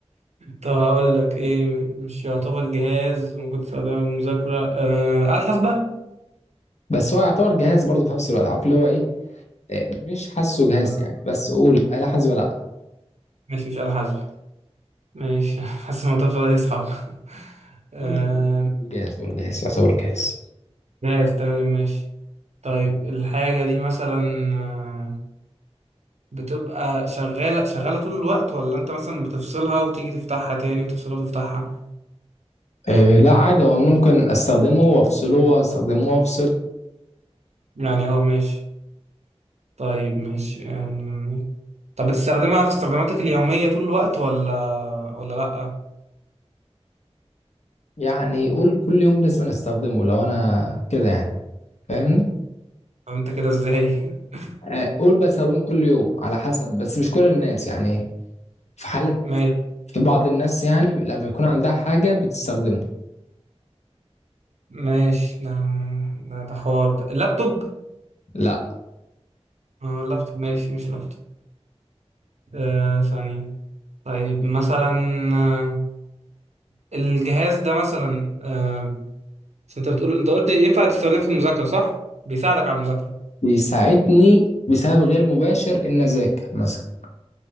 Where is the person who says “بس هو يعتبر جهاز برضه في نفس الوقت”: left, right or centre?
Left